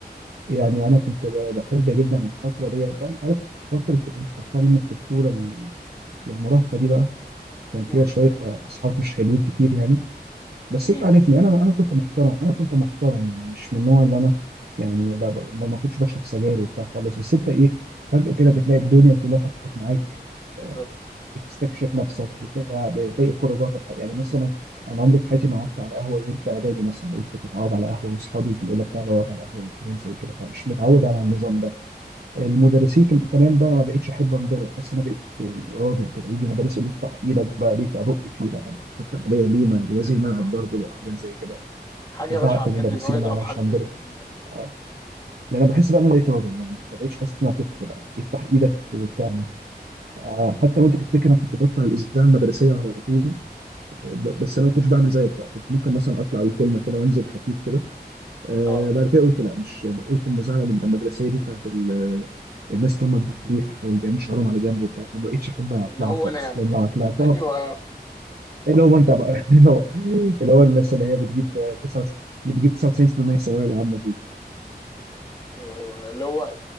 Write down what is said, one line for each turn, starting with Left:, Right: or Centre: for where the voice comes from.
Right: يعني انا كنت ب- بحب جدا الفتره ديت بقى انت عارف فتره الانتقال من الطفوله لل- للمراهقه دي بقى كان فيها
Left: مم.
Right: شويه آه، اصحاب مش حلوين كتير يعني بس
Left: اكيد
Right: انت عارفني انا انا كنت محترم انا كنت محترم يعني مش من النوع اللي انا يعني ب- ب- ما ما كنتش بشرب سجاير وبتاع خالص بس انت ايه فجاه كده بتلاقي الدنيا كلها فتحت معاك
Left: بالظبط
Right: آه، بتستكشف نفسك بتاع بتلاقي خروجاتك يعني مثلا انا عمري في حياتي ما قعدت على قهوه غير في اعدادي مثلا لقيت كنت متعود على قهوه واصحابي كانوا يقول لك تعالى اقعد على قهوه وحاجات زي كده فمش متعود على النظام ده المدرسين
Left: مم.
Right: في ال- كمان بقى ما بقتش احب انضرب حاسس ان انا بقيت راجل كده يجي مدرس يقول لي افتح ايدك بقى ليه ابق فيه بقى أنا افتح ايديا ليه ما وزير ملعب
Left: اه
Right: برضه بقى حاجات زي كده
Left: حاجه
Right: كنت ازعق
Left: بشعه
Right: في
Left: بجد
Right: المدرسين
Left: ان هو يضرب
Right: بقى أنا
Left: حد
Right: مش هنضرب
Left: في السن ده
Right: آه.
Left: مم.
Right: لان انا بحس بقى ان انا بقيت راجل يعني ما بقتش حاسس ان انا طفل بقى افتح ايدك وبتاع آه، حتى وانت تفتكر انا كنت بطلع الاذاعه المدرسيه على طول ب- بس انا ما كنتش بعمل زيك بقى كنت ممكن مثلا اطلع اقول كلمه كده وانزل خفيف كده آه
Left: اه
Right: بعد كده قلت لا مش قلت المزعله من المدرسيه دي بتاعت ال- الناس اللي هم الدحيح او اللي بيعملوا شعرهم على جنب وبتاع ما بقتش احب اطلعها
Left: اللي هو
Right: خالص
Left: انا يعني
Right: لان لو طلعتها
Left: ايوه
Right: اللي هو انت بقى <laughs> اللي هو اللي هو الناس اللي هي بتجيب 9 اللي بتجيب 99% الثانويه العامه دول
Left: ايوه ايوه اللي هو